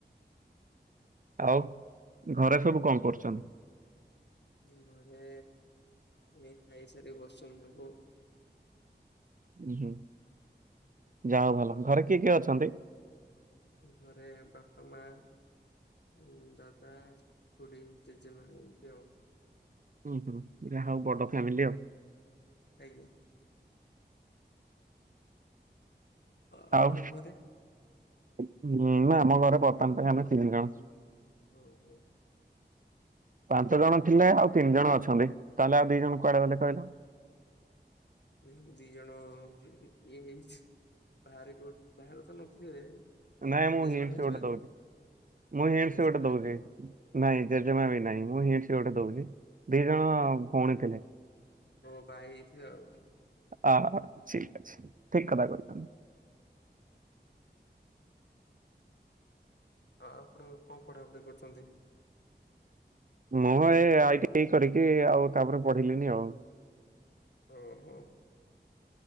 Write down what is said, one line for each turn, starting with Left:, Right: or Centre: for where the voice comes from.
Right: ଆଉ ଘରେ ସବୁ କଣ କରୁଛନ୍ତି?
Left: ଉଁ ଘରେ ଏ ଖାଇସାରି ବସିଛନ୍ତି ସବୁ।
Right: ଉଁ ହୁଁ ଯାହା ହଉ ଭଲ। ଘରେ କିଏ କିଏ ଅଛନ୍ତି?
Left: ଘରେ ବାପା, ମା। ଉଁ ଦାଦା, ଖୁଡି, ଜେଜେମା ଏମିତି ଆଉ।
Right: ହୁଁ ହୁଁ ଯାହା ହଉ ବଡ ଫ୍ୟାମିଲି ଆଉ।
Left: ଆଜ୍ଞା। ଆ ଆପଣଙ୍କ
Right: ଆଉ
Left: ଘରେ?
Right: ଉଁ ନା ଆମ ଘରେ ବର୍ତ୍ତମାନ ପାଇଁ ଆମେ ତିନି ଜଣ।
Left: ଓହୋ।
Right: ପାଞ୍ଚ ଜଣ ଥିଲେ ଆଉ ତିନି ଜଣ ଅଛନ୍ତି ତାହେଲେ ଆଉ ଦି ଜଣ କୁଆଡେ ଗଲେ କହିଲ?
Left: ଉଁ ଦିଜଣ ହୁଁ ୟେ ହେଇଛି ବାହାର କୋ ବାହାରେ ତ ନଥିବେ।
Right: ନାଇଁ ମୁଁ
Left: ଜେଜେମା
Right: ହିଂଟ୍ସ
Left: ଫେଜେମା
Right: ଗୋଟେ ଦଉଛି ମୁଁ ହିଂଟ୍ସ
Left: ଜେଜେମା
Right: ଗୋଟେ ଦୋଉଛି। ନାଇଁ ଜେଜେମା ବି ନାଇଁ ମୁଁ ହିଂଟ୍ସ ଗୋଟେ ଦଉଛି ଦି ଜଣ ଭଉଣୀ ଥିଲେ।
Left: ଓ ବାହା ହେଇଯାଇଥିବେ ଆଉ।
Right: ଆ ଠିକ ଅଛି ଠିକ୍ କଥା କହିଛନ୍ତି।
Left: ଆ ଆପଣ କଣ ପଢାପଢି କରୁଛନ୍ତି?
Right: ମୁଁ ଏ ଆଇ ଟି ଆଇ କରିକି ଆଉ ତାପରେ ପଢିଲିନି ଆଉ।
Left: ଓହୋ।